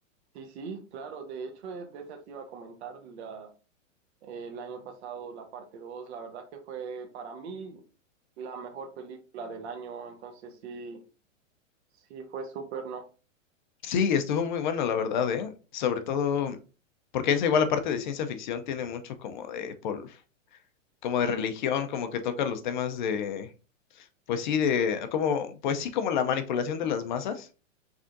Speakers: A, on the right; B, on the left.
A: Sí, sí, claro, de hecho eh, de esa te iba a comentar la- eh, el año pasado la parte 2 la verdad que fue para mí la mejor película del año, entonces sí, sí fue súper, ¿no?
B: Sí, estuvo muy bueno, la verdad, ¿eh? Sobre todo porque esa igual la parte de ciencia ficción tiene mucho como de pol- como de religión, como que toca los temas de, pues sí, de como, pues sí, como la manipulación de las masas,